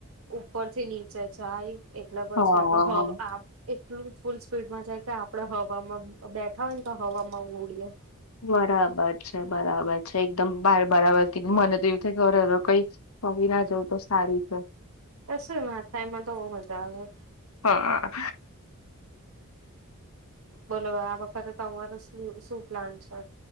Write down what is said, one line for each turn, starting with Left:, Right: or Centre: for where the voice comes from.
Right: ઉપરથી નીચે જાય એટલે પછી
Left: હા
Right: આપડે હવ આબ એ થોડુંક ફૂલ સ્પીડમાં જાય કે આપડ હવામાં બ-બેઠા હોય ન તો હ માં ઉડીયે.
Left: બરાબર છે, બરાબર છે. એકદમ બાર બરાબર કીધું. મને તો એવું થાય ક અરરર કઈ જ પડી ના જવ તો સારું છે.
Right: કશુંય ના થાય મન તો બો મજા આવે.
Left: હા
Right: બોલો આ વખતે તમારો શ્લુ-શું પ્લાન છે?